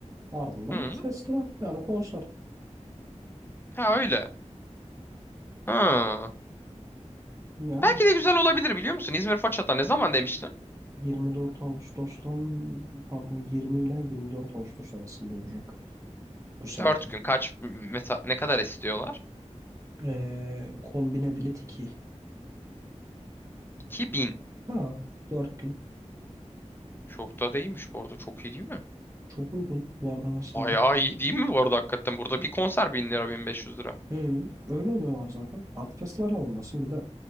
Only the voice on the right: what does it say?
Ardından
festival yani konser.
Yani
24 Ağustos'tan pardon 20 ile 24 Ağustos arasında olacak bu seneki.
Ee, kombine bilet iki.
Ha dört gün.
Çok uygun. Bu arada mesela
hı, öyle oluyorlar zaten. Artı festival alındasın. Bir de